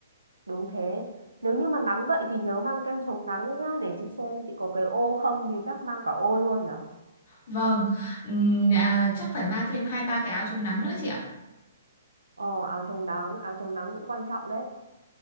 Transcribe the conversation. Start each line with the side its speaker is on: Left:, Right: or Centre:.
Right: Đúng thế. Nếu như mà nắng vậy thì nhớ mang kem chống nắng đấy nhá, để chị xem chị có cái ô không thì chắc mang cả ô luôn nhở.
Left: vâng ừm, à, chắc phải mang thêm hai ba cái áo chống nắng nữa chị ạ
Right: Ờ, áo chống nắng, áo chống nắng cũng quan trọng đấy.